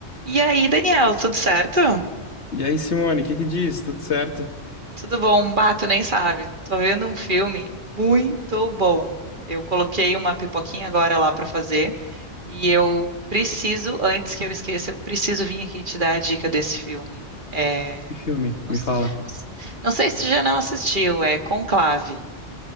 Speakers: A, on the right; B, on the left.
A: E aí, Daniel, tudo certo?
B: E aí, Simone, o que que diz? Tudo certo?
A: Tudo bom? Um Bato, nem sabe. Tô vendo um filme muito bom. Eu coloquei uma pipoquinha agora lá pra fazer e eu preciso, antes que eu esqueça, eu preciso vir aqui te dar a dica desse filme. É,
B: Que filme?
A: Não,
B: Me
A: s-
B: fala.
A: não s- não sei se tu já não assistiu, é Conclave.